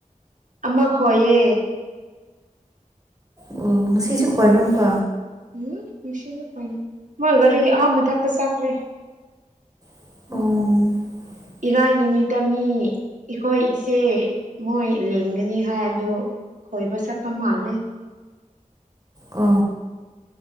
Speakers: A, on the right; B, on the right.
A: ꯑꯃꯈꯣꯏꯌꯦ
B: ꯑꯣ ꯉꯁꯤꯁꯨ ꯈꯣꯏꯕ꯭ꯔꯝ ꯀꯣ
A: ꯎꯝ ꯃꯣꯏ ꯒꯥꯔꯤ ꯑꯍꯝꯕ ꯊꯛꯇ ꯆꯥꯛꯈ꯭ꯔꯦ
B: ꯑꯣ
A: ꯏꯔꯥꯏ ꯅꯨꯃꯤꯠꯇ ꯃꯤ ꯑꯩꯈꯣꯏ ꯏꯆꯦ ꯃꯣꯏ ꯂꯦꯡꯒꯅꯤ ꯍꯥꯏ ꯑꯗ ꯈꯣꯏꯕꯁꯠꯄ ꯃꯥꯂꯦ
B: ꯑ